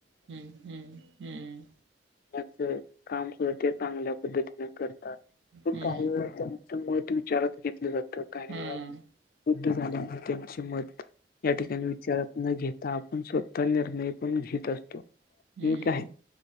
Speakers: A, on the right; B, on the left.
A: हम्म हम्म हम्मम.
B: याच काम सुद्धा ते चांगल्या पद्धतीने करतात, म
A: हम्म
B: काही वेळा त्यांना मत विचारात घेतलं जातं, काही
A: हम्म
B: वेळात वुद्ध झाल्याने त्यांचे मत या
A: हम्म
B: ठिकाणी विचारात न घेता आपण स्वतः निर्णय पण घेत असतो. ठीक
A: हम्म
B: आहे